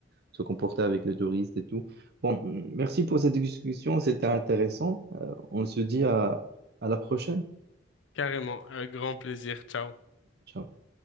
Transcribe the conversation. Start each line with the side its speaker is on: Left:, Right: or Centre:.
Right: se comporter avec les touristes et tout. Bon, merci pour cette discussion, c'était intéressant. Euh, on se dit à à la prochaine.
Left: Carrément, avec grand plaisir. Ciao.
Right: Ciao.